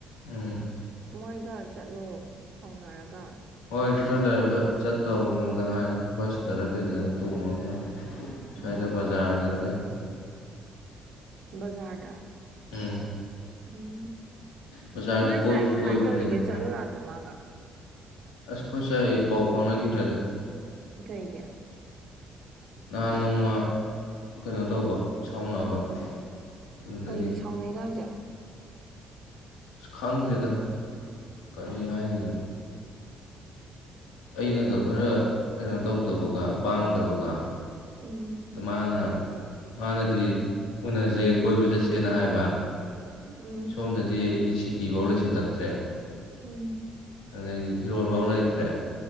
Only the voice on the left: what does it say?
ꯎꯝ
ꯍꯣꯏ ꯈꯔ ꯂꯩꯔꯒ ꯆꯠꯇꯧ ꯗ ꯉꯥꯏꯔꯦ ꯕꯁꯇꯔꯥ
ꯀꯩꯗꯔꯥ ꯇꯣꯡꯉꯥꯒ
ꯁ꯭ꯋꯥꯏꯗ ꯕꯖꯥꯔꯗꯔꯥ ꯀꯩꯅꯣ
ꯎꯝ
ꯕꯖꯥꯔꯗ
ꯀꯣꯏꯕꯁꯨ
ꯀꯣꯏꯕꯅꯤ
ꯀꯩꯅꯣ
ꯑꯁ ꯈꯣꯏ ꯁꯥꯏ ꯄꯥꯎ ꯐꯥꯎꯅꯈꯤꯗ꯭ꯔꯦꯗ
ꯅꯍꯥꯟ ꯅꯣꯡꯃ ꯀꯩꯅꯣ ꯇꯧꯕ ꯁꯥꯎꯅꯕ
ꯑꯗꯨꯗꯒꯤ
ꯑꯁ ꯈꯪꯗꯦꯗ ꯀꯔꯤ ꯍꯥꯏꯗꯣꯏꯅꯣ ꯑꯩꯅꯒ ꯈꯔ ꯀꯩꯅꯣ ꯇꯧꯗꯕꯒ ꯄꯥꯡꯗꯕꯒ
ꯑꯗ ꯃꯥꯅ ꯃꯥꯅꯗꯤ ꯎꯅꯖꯦ ꯀꯣꯏꯕ ꯆꯠꯁꯦꯅ ꯍꯥꯏꯕ
ꯁꯣꯝꯗꯗꯤ ꯑꯩꯗꯤ ꯁꯤꯀꯤꯕꯧ ꯂꯩꯁꯜꯂꯛꯇ꯭ꯔꯦ
ꯑꯗꯩꯗꯤ ꯐꯤꯔꯣꯜ ꯕꯧ ꯂꯩꯇ꯭ꯔꯦ